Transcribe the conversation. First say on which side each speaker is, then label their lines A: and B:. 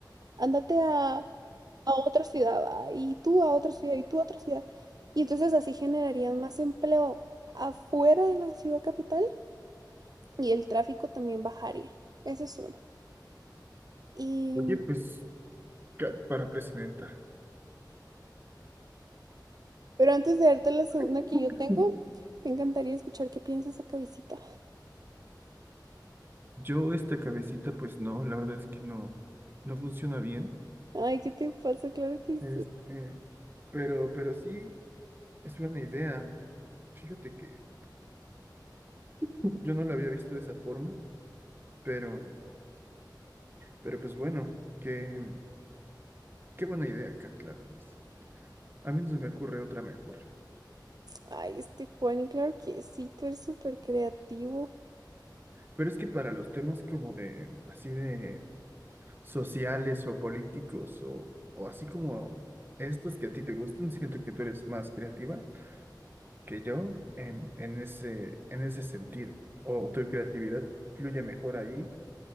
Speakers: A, on the right; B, on the right.
A: ándate a a otra ciudad, ah, y tú a otra ciudad, y tú a otra ciudad. Y entonces así generarían más empleo afuera de la ciudad capital y el tráfico también bajaría. Esa es una. Y,
B: Oye, pues, Kat para presidenta.
A: pero antes de darte la segunda
B: <laughs>
A: que yo tengo, me encantaría escuchar qué piensas acá, visita.
B: Yo esta cabecita, pues no, la verdad es que no, no funciona bien.
A: Ay, ¿qué te pasa? Claro que
B: Este,
A: sí.
B: pero, pero sí, es buena idea. Fíjate que Yo no lo había visto de esa forma, pero, pero pues bueno, qué, qué buena idea, Kat, la verdad. A mí no se me ocurre otra mejor.
A: Ay, este Juan, y claro que sí, tú eres súper creativo.
B: Pero es que para los temas como de, así de sociales o políticos o, o así como estos que a ti te gustan, siento que tú eres más creativa que yo en, en ese, en ese sentido. O tu creatividad fluye mejor ahí.